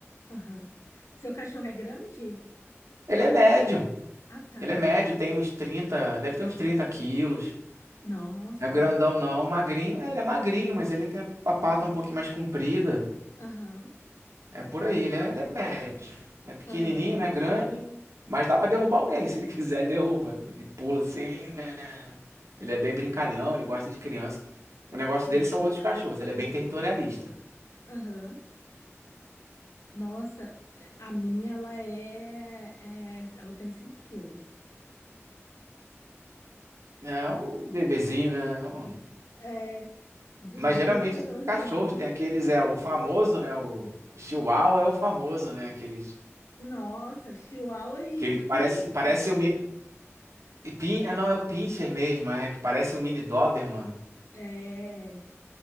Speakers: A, on the left; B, on the right.
A: Aham. Seu cachorro é grande?
B: Ele é médio,
A: Ah, tá.
B: ele é médio, tem uns 30 deve ter uns 30 quilos.
A: Nossa.
B: Não é grandão não, magrinho, é, ele é magrinho, mas ele tem a pata um pouquinho mais comprida.
A: Aham.
B: É por aí, ele é, ele é médio. Não é pequenininho,
A: Aham.
B: não é grande, mas dá pra derrubar alguém. Se ele <laughs> quiser, ele derruba. Ele pula assim, né? Ele é bem brincalhão, ele gosta de criança. O negócio
A: Aham.
B: dele são outros cachorros, ele é bem territorialista.
A: Aham. Nossa, é, a minha, ela é, é- Ela tem 5 quilos.
B: É um bebezinho, né? É Um-
A: É. De,
B: Mas
A: de
B: geralmente
A: 14
B: esses cachorros
A: anos.
B: tem aqueles, é o famoso, né? O, o Chihuahua é o famoso, né? Aqueles,
A: Nossa, Chihuahua e,
B: aquele
A: e Pinche.
B: que parece, parece um mini. e Pin, ah, não, é o Pinscher mesmo, é, que parece um mini Doberman.
A: É.